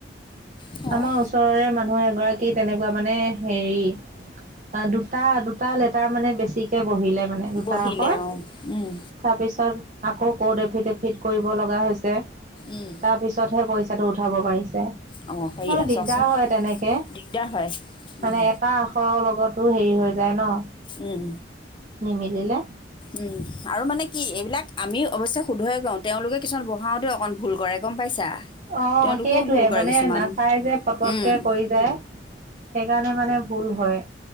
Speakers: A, on the left; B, on the right.
A: সেয়া
B: আমাৰ
A: আৰু
B: ওচৰৰে মানুহ এগৰাকী কি তেনেকুৱা মানে হেৰি অঁ দুটা দুটা লেটাৰ মানে। বেছিকৈ বহিলে মানে।
A: বহিলে
B: তাসৰ
A: অঁ উম
B: তাৰপিছত আকৌ কৌট এ ফিট এ ফিট কৰিব লগা হৈছে
A: উম
B: তাৰ পিছতহে পইচাটো উঠাব পাৰি আছে আৰু
A: অঁ সেয়া
B: দিগদাৰ
A: চোৱাচোন
B: হয় তেনেকে
A: দিগদাৰ হয় উম
B: মানে এটা আখৰৰ লগতো হেৰি হৈায় যায় ন
A: উম
B: নিমিলিলে
A: উম আৰু মানে কি এইবিলাক আমি অৱশ্যে শুধহে কওঁ তেওঁলোকে কিছুমান বঢ়াওঁতে অকণ ভুল কৰে গম পাইছা
B: অঁ
A: তেওঁলোকেও
B: সেইটোৱে
A: ভুল কৰে
B: মানে
A: কিছুমান
B: নাচাই যে ফট পটকে
A: উম
B: কৰি যায় সেইকাৰণে মানে ভুল হয়